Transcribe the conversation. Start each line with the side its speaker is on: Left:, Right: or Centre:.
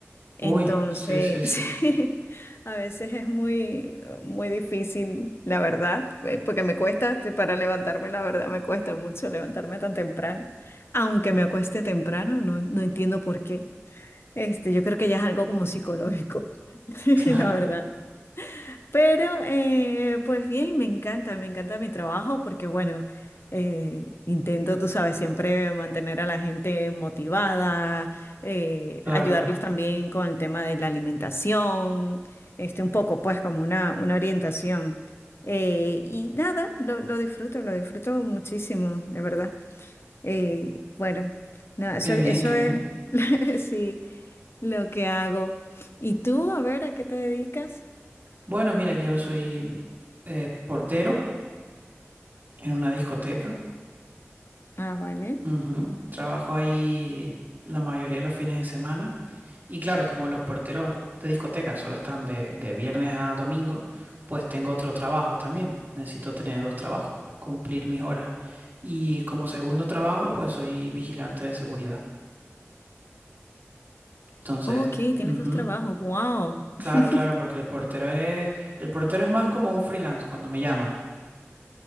Right: Uy,
Left: Entonces,
Right: sí, sí, sí.
Left: <laughs> sí, a veces es muy, muy difícil, la verdad, eh, porque me cuesta, te- para levantarme, la verdad, me cuesta mucho levantarme tan temprano. Aunque me acueste temprano, no, no entiendo por qué. Este, yo creo que ya es algo como psicológico, <laughs>
Right: <laughs>
Left: la verdad.
Right: Claro,
Left: Pero eh, pues bien, me encanta, me encanta mi trabajo porque bueno, eh, intento, tú sabes, siempre mantener a la gente motivada, eh,
Right: claro.
Left: ayudarlos también con el tema de la alimentación, este, un poco pues como una, una orientación. Eh, y nada, lo, lo disfruto, lo disfruto muchísimo, de verdad. Eh, bueno, nada, eso,
Right: Qué
Left: eso
Right: bien, qué
Left: es,
Right: bien.
Left: <laughs> sí, lo que hago. ¿Y tú, a ver, a qué te dedicas?
Right: Bueno, mira, yo soy eh, portero en una discoteca.
Left: Ah, vale.
Right: Ujú. Trabajo ahí la mayoría de los fines de semana. Y claro, como los porteros de discoteca solo están de, de viernes a domingo, pues tengo otro trabajo también. Necesito tener dos trabajos para cumplir mis horas. Y como segundo trabajo, pues soy vigilante de seguridad. Entonces,
Left: Oh, Ok, tienes
Right: ujú.
Left: dos trabajos. Wow.
Right: Claro,
Left: <laughs>
Right: claro, porque el portero es, el portero es más como un freelance cuando me llaman.